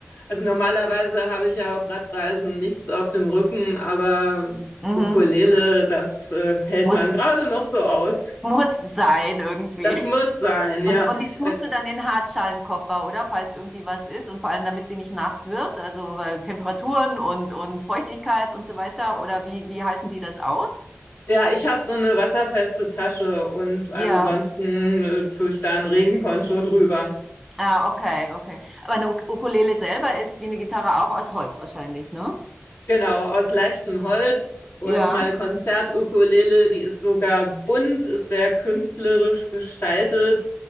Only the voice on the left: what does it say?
Also normalerweise habe ich ja auf Radreisen nichts auf dem Rücken, aber
Ukulele, das äh, hält
man gerade noch so aus.
Das muss sein,
ja.
Äh,
Ja, ich habe so eine wasserfeste Tasche und ansonsten
äh, tue ich da einen Regenponcho drüber.
Genau, aus leichtem Holz und
meine Konzertukulele, die ist sogar bunt, ist sehr künstlerisch gestaltet.